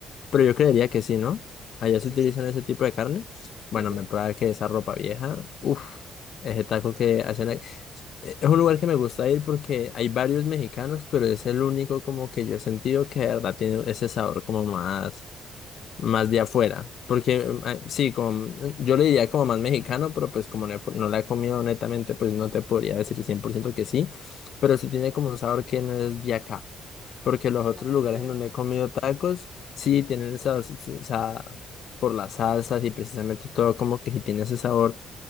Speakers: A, on the left; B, on the right.
A: pero yo creería que sí, ¿no? Allá
B: Sí,
A: se utilizan
B: sí,
A: ese tipo de carne. Bueno,
B: sí, sí.
A: me prueba que esa ropa vieja, uff, ese taco que hacen ahí. Eh, Es un lugar que me gusta ir porque hay varios mexicanos, pero es el único como que yo he sentido que de verdad tiene ese sabor como más más de afuera. Porque eh, sí, como, mm, yo le diría como más mexicano, pero pues como no, he- no la he comido netamente, pues no te podría decir 100% que sí, pero sí tiene como un sabor que no es de acá. Porque los
B: Ok,
A: otros lugares en donde
B: ok.
A: he comido tacos, sí tienen esa, esa por las salsas y precisamente todo como que sí tiene ese sabor